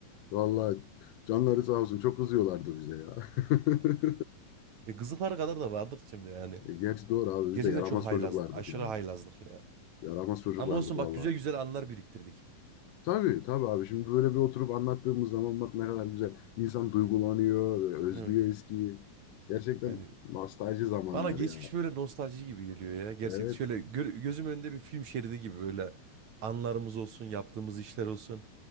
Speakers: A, on the left (about 75°); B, on the right (about 55°).
A: Vallahi canları sağ olsun çok kızıyorlardı bize ya. <laughs>
B: E, kızıllara kadar da vardık şimdi yani.
A: E, Gerçi doğru abi biz
B: Gerçekten
A: de yaramaz
B: çok haylazlık.
A: çocuklardık
B: Aşırı
A: ya.
B: haylazlık ya.
A: Yaramaz çocuklardık
B: Ama olsun
A: vallahi.
B: bak güzel güzel anlar biriktirdik.
A: Tabii tabii abi şimdi böyle bir oturup anlattığımız zaman bak ne kadar güzel. İnsan duygulanıyor, böyle özlüyor
B: Evet.
A: eskiyi. Gerçekten
B: Yani
A: nostalji zamanlar
B: bana geçmiş
A: ya.
B: böyle nostalji gibi geliyor ya. Gerçekten
A: Evet
B: şöyle gör- gözüm önünde bir film şeridi gibi böyle anlarımız olsun, yaptığımız işler olsun,